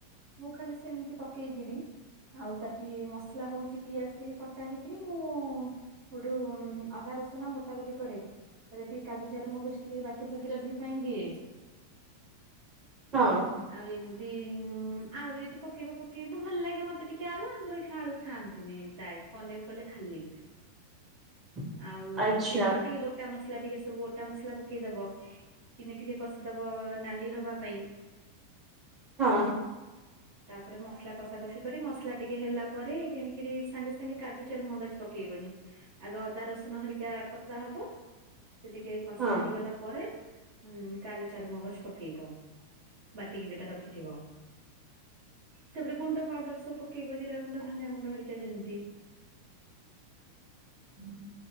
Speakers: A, on the right; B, on the right.
A: ମୁଁ ଖାଲି ସେମିତି ପକେଇକିରିି ଆଉ ତାର ଟେ ମସଲା ହୋଉଛି ପିଆଜ ଟିକେ କଟା ହେଇକରି ମୁଁ ଗୋଠୁ ଅଦା ରସୁଣ ବଟା ବଟି କରେ। ରେ ଟିକେ କାଜୁ ଚାରମଗଜ ଟିକେ ବାଟିକି ଗ୍ରେଭି ପାଇଁ ଦିଏ।
B: ହଁ।
A: ଆଉ ଏମିତି ଆଳୁ ଯଦି ପକେଇବ ପକେଇବ ଭଲ ଲାଗେ ମତେ ଟିକେ ଆଳୁ ଆମର ଏଠି ଆଳୁ ଖାଆନ୍ତିନି। ଫ୍ରାଏ ପନିର୍ କଲେ ଖାଲି।
B: <inaudible>
A: ଆଉ
B: ଆଚ୍ଛା
A: ତେଲ ଟିକେ ଗୋ ଟା ମସଲା ଟିକେ ସବୁ ଓଟା ମସଲା ପକେଇ ଦବ ଚିନି ଟିକେ କଷିଦବ ନାଲି ହବା ପାଇଁ
B: ହଁ
A: ତାପରେ ମସଲା କଷା କଷି କରି ମସଲା ଟିକେ ହେଲା ପରେ ଯାଇକିରି ସାଙ୍ଗେ ସାଙ୍ଗେ କାଜୁ ଚାରମଗଜ ପକେଇବନି ଆଗ ଅଦା ରସୁଣ ହେରିକା କଷା ହବ। ସେ ଟିକେ କଷା
B: ହଁ
A: ହେଇଗଲା ପରେ ଉଁ କାଜୁ ଚାରମଗଜ ପକେଇବ ବାଟିକି ଯୋଉଟା ରଖିଥିବ। ତାପରେ ଗୁଣ୍ଡ ପାଉଡର ସବୁ ପକେଇବ ଜିରା ଗୁଣ୍ଡ ଧନିଆ ଗୁଣ୍ଡ ହେରିକା ଯେମିତି
B: ହୁଁ।